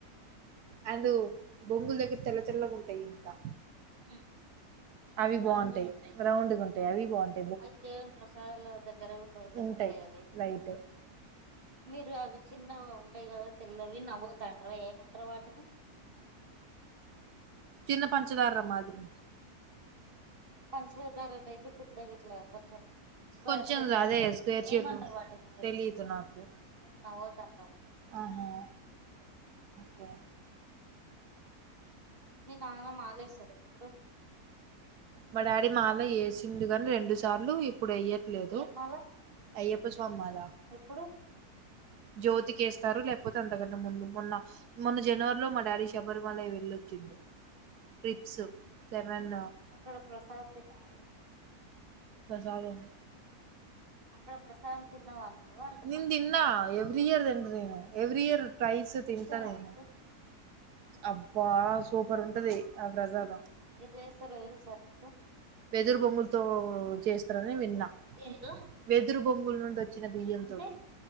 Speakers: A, on the right (about 80°); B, on the right (about 35°).
A: అండ్ బొంగులు దగ్గర తెల్ల తెల్లగా ఉంటాయి ఇంకా
B: ఉమ్,
A: అవి బాగుంటాయి రౌండ్ గా ఉంటాయ్ అవి బాగుంటా
B: అవి దేవుని ప్రసాదాలు దగ్గర కూడా దొరుకుతాయి
A: ఉంటాయి
B: అవి
A: లైట్.
B: మీరు అవి చిన్నగా ఉంటాయి కదా తెల్లవి నముల్తంటర ఏమంటారు వాటిని
A: చిన్న పంచదార మాదిరి
B: పంచధారటైపే పెద్దగిట్లా కొంచెం స్క్వేర్
A: కొంచెం
B: షేప్ లో
A: అదే
B: ఉంటది
A: స్క్వేర్ షేప్
B: ఏమంటారు వాటిని మీరు
A: తెలీదు నాకు.
B: మేము నవ్వేతంటాం హ
A: ఆహా! ఓకే.
B: మీ నాన్న మాలేస్తాడా ఎప్పుడు
A: మా డాడీ మాలా ఏసిండు గాని రెండు సార్లు ఇప్పుడు ఎయ్యట్లేదు
B: ఏం మాల
A: అయ్యప్ ప్ప మాల
B: ఎప్పుడు
A: జ్యోతికేస్తారు లేకపోతే అం తకంటే ముందు మొన్న మొన్న జనవరి లో మా డాడీ శబరిమలై వెళ్ళొచ్చిండు ట్రిప్స్ సెవన్
B: అక్కడ ప్రసాదం తిన్నావ
A: ప్రసాదం
B: అక్కడ ప్రసాదం తిన్నావా నువ్వు అంటున్నా
A: నేను తిన్నా ఎవ్రీ ఇయర్ తింట నేను ఎవ్రీ ఇయర్ ట్రైస్ తింటా
B: ఇష్టమా
A: నేను
B: నీకు
A: అబ్బా సూపర్ ఉంటది ఆ ప్రసాదం
B: ఎట్లా చేస్తారో తెలుసా నీకు
A: వెదరు బొంగులుతో చేస్తార నే విన్నా
B: దేంతో
A: వెదురు బొంగులు నుండి ఒచ్చిన బియ్యం
B: అంటే
A: తోటి